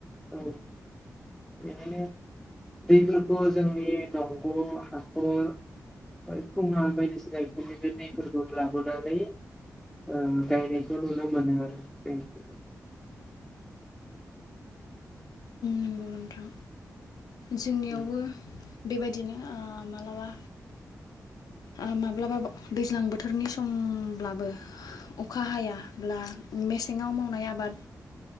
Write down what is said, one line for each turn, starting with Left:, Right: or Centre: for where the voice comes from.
Centre: औ, बिनिखायनो, दैफोरखौ जोंनि दंग' हाखर ओमफय खुङा बायदिसिना इफोरनिफ्रा दैफोरखौ लाबोनानै ओ गायनायखौ नुनो मोनो आरो जोंनिखैजाय।
Left: नंगौ नोंथां जोंनियावबो
Centre: जों
Left: बेबायदिनो आ मालाबा ओ माब्लाबा दैज्लां बोथोरनि समब्लाबो अखा हायाब्ला मेसेङाव मावनाय आबाद,